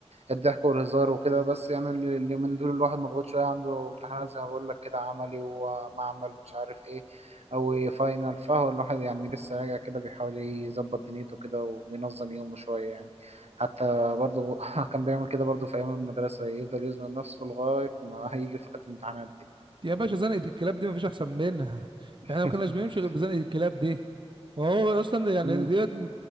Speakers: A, on the right (about 75°); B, on the right (about 50°).
A: الضحك والهزار وكده بس يعني اللي اللي من دول الواحد مضغوط شوية عنده امتحانات زي ما بقول لك كده عملي ومعمل ومش عارف ايه أو فاينل فهو الواحد يعني لسه راجع كده بيحاول يظبط دنيته كده وبينظم يومه شوية يعني حتى برضه <laughs> كان بيعمل كده برضه في أيام المدرسة يفضل يزنق نفسه لغاية ما <laughs> هيجي فترة الامتحانات دي
B: يا باشا زنقه الكلاب دي مفيش احسن منها
A: <laughs>
B: يعني ما كناش بنمشي غير بزنقه الكلاب دي وهو اصلا يعني
A: مم.
B: ديت